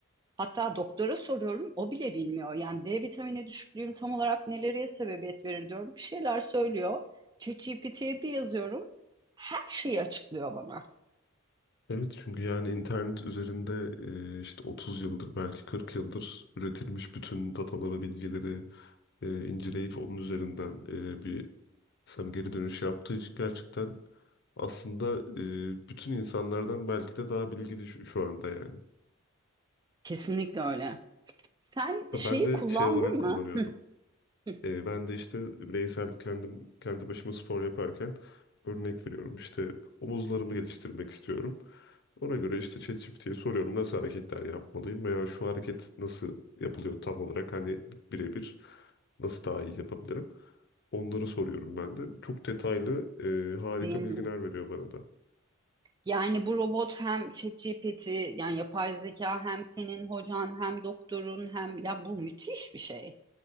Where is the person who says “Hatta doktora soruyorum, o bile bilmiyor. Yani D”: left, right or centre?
Right